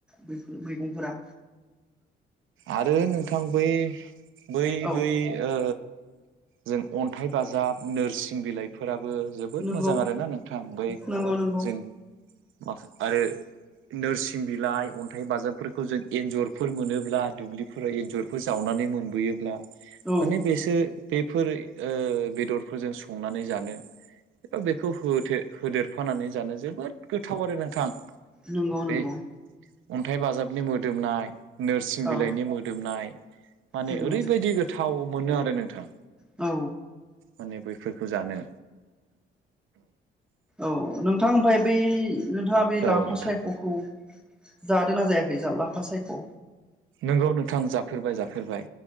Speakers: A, in the centre; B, on the right.
A: बेफोर सुबुंफोरा
B: आरो नोंथां बै बै
A: औ
B: बै ओ जों अन्थाइ बाजाब नोरसिं बिलाइफोराबो जोबो
A: नंगौ
B: द मोजां आरोना नोंथां बै
A: नंगौ नंगौ
B: जों माखा आरो नोरसिं बिलाइ अन्थाइ बाजाबफोरखौ जों एन्जरफोर मोनोब्ला दुब्लिफोराव एन्जरफोर जावनानै मोनबोयोब्ला
A: औ
B: माने बेसोर बेफोर बेदरफोरजों संनानै जानो बेखौ होथे होदेरफानानै जानो जोबोद गोथाव आरो नोंथां
A: नंगौ
B: बे
A: नंगौ
B: अन्थाइ बाजाबनि मोदोमनाय नोरसिं
A: औ
B: बिलाइनि मोदोमनाय माने
A: नंगौ
B: ओरैबायदि गोथाव मोनो आरो नोंथां
A: औ
B: माने बैफोरखौ जानो
A: औ नोंथां ओमफ्राय बै नोंथाङा बै
B: औ
A: लाफासायखखौ
B: नोंथां
A: जादोंना जायाखै जा लाफासायख
B: नोंगौ नोंथां जाफेरबाय जाफेरबाय